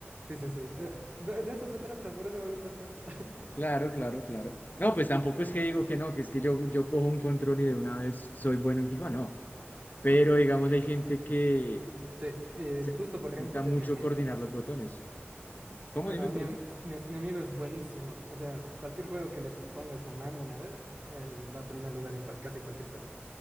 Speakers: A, on the right (about 45°); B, on the left (about 40°).
A: Sí, sí, sí. Eh, De de eso se trata, por eso me gustan tanto.
B: Claro, claro, claro. No, pues tampoco es que digo que no, que es que yo, yo cojo un control y de una vez soy bueno en FIFA, no. Pero
A: <laughs>
B: digamos, hay gente que
A: Sí, eh,
B: se
A: justo
B: le
A: por ejemplo,
B: dificulta mucho
A: es mi amigo.
B: coordinar los botones. ¿Cómo?
A: No,
B: Dime,
A: no,
B: perdón.
A: mi, am- mi, mi amigo es buenísimo. O sea, cualquier juego que le pongas con mando, ¿no ve? Él va a primer lugar en cual, casi cualquier cosa.